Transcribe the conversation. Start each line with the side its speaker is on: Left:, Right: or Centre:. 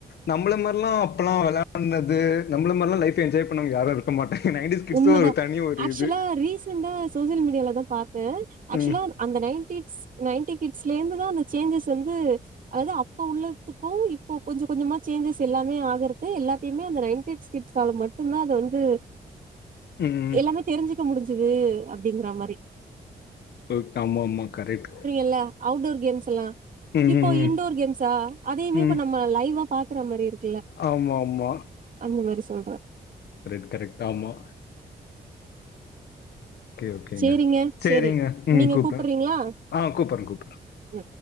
Left: நம்மள மார்லா அப்பல்லா வெளாட்னது நம்மள மார்ல லைஃப் என்ஜாய் பண்ணவங்க யாரு இரு க்கமாட்டங்க நைன்டிஸ் கிட்ஸ்
Right: உண்மதா
Left: ஒரு தனி ஒரு
Right: ஆக்சுவலா
Left: இது
Right: ரீசன்தா சோசியல் மீடியால தா பாத்த ஆக்சுவலா
Left: ம்
Right: அந்த நைன்டிட்ஸ் நைன்டி கிட்ஸ்ல இருந்து தா அந்த சேஞ்சஸ் வந்து அதாது அப்ப உள்ளதுக்கு இப்போ கொஞ்ச கொஞ்சமா சேஞ்சஸ் எல்லாமே ஆகுறது எல்லாத்தையுமே அந்த நைன்ட்டி கிட்ஸால மட்டுதா அத வந்து
Left: ம்
Right: எல்லாமே தெரிஞ்சுக்க முடிஞ்சுது அப்டிங்கற மாரி
Left: ஓகே ஆமமா கரெட்டு
Right: ல்ல அவுட்டோர் கேம்ஸெல்லா
Left: ம்
Right: இப்போ
Left: ம் ம்
Right: இன்டோர் கேம்ஸ்ஸா அதையுமே
Left: ம்
Right: நம்ம இப்ப லைவா பாக்கற மாரியே இருக்கு
Left: ஆமா ஆமா
Right: அந்த மாரி சொல்ற
Left: ரெட் கரெக்ட் ஆமா ஓகே ஓகேங்க
Right: சேரிங்க
Left: சேரிங்க
Right: சேரி
Left: ம்
Right: நீங்க
Left: கூப்பற
Right: கூப்புறீங்களா
Left: ஆ கூப்பட்ற கூப்பட்ற
Right: ம்